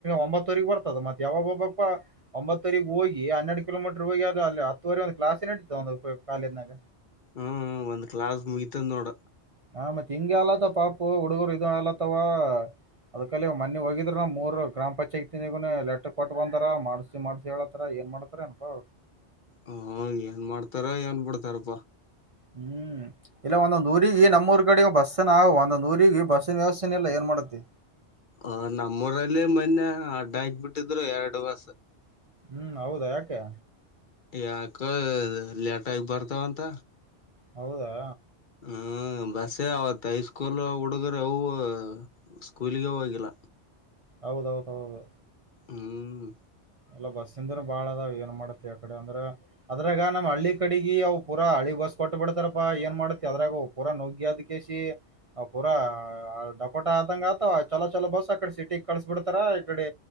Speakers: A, on the right; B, on the left.
A: ಒಂಬತ್ತವರೆರಿಗೆ ಬರ್ತದ ಮತ್ತತ್ ಯಾವಾಗ ಹೋಗಬೇಕೆಪ್ಪ. ಒಂಬತ್ತುವರೆಗ ಹೋಗಿ ಹನ್ನೆಡು ಕಿಲೋಮೀಟರ್ ಹೋಗಿ ಆದ್ರೆ ಅಲ್ಲಿ ಹತ್ತುವರೆ ಒಂದು ಕ್ಲಾಸೇ ನಡತದೆ ಒಂದು ಕಾಲೇಜ್ನಾಗ.
B: ಹ್ಮ್ ಒಂದ್ ಕ್ಲಾಸ್ ಮುಗಿತದ್ ನೋಡ.
A: ಹಾ ಮತ್ತ ಹಿಂಗೆ ಅಗಲತಾವ ಪಾಪು ಹಡುಗರು ಇದು ಆಲಾತವಾ. ಅದಕಲ್ಲಿ ಮೊನ್ನೆ ಹೋಗಿದ್ರ ಮೂರು ಗ್ರಾಮ ಪಂಚಾಯತಿನಗು ಲೆಟರ್ ಕೊಟ್ಟ ಬಂತಾರ ಮಾಡ್ಸಿ ಮಾಡ್ಸಿ ಹೇಳತಾರ ಏನ್ ಮಾಡತಾ <unintelligible> ಪ್ಪ.
B: ಹಾ ಏನ್ ಮಾಡ್ತಾರ ಏನ್ ಬಿಡ್ತಾರಪ್ಪಾ.
A: ಹ್ಮ್ ಇಲ್ಲ ಒಂದೊಂದ್ ಊರಿಗ ನಮ್ಮೂರ್ ಕಡೆ ಬಸ್ಸನ ಒಂದೊಂದ ಊರಿಗಿ ಬಸ್ಸ ವೆವಸ್ಥೆನೆ ಇಲ್ಲ ಏನ್ ಮಾಡತ್ತಿ.
B: ಆ ನಮ್ಮೂರಲ್ಲಿ ಮೊನ್ನೆ ಅಡ್ಡ ಆಗ್ಬಿಟ್ಟಿದ್ರು ಎರಡು ಬಸ.
A: ಹ್ಮ್ ಹೌದಾ ಯಾಕೆ.
B: ಯಾಕೆ ಲೇಟಾಗಿ ಬರ್ತಾವಂತ.
A: ಹೌದಾ.
B: ಹ್ಮ ಬಸ್ಸೇ ಅವತ್ ಹೈ ಸ್ಕೂಲ್ ಹುಡುಗ್ರ ಅವ ಸ್ಕೂಲ್ಗ ಹೋಗಿಲ್ಲ.
A: ಹೌದೌದೌದು
B: ಹ್ಮ್
A: ಎಲ್ಲೋ ಬಸ್ಸಿಂದ್ರ ಬಾಳ ಅದಾವ ಏನ್ ಮಾಡತಿಯ ಬಿಡೂ ಅಂದ್ರೆ ಅದ್ರಾಗ ನಮ್ ಹಳ್ಳಿ ಕಡಿಗಿ ಅವು ಪೂರ ಹಳ್ಳಿ ಬಸ್ ಕೊಟ್ಟು ಬಿಡ್ತಾರಪ್ಪಾ ಏನ್ ಮಾಡ್ತಿಯ ಅದ್ರಾಗ. ಪೂರಾ ನೋಗಿ ಅದಕ್ಕೆಸಿ ಆ ಪೂರ ಡಕೋಟ ಆದಂಗ ಆತವ ಚಲೋ ಚಲೋ ಬಸ್ ಅಕಡೆ ಸಿಟಿ ಕಳ್ಸ್ ಬಿಡ್ತಾರ ಇಕಡೆ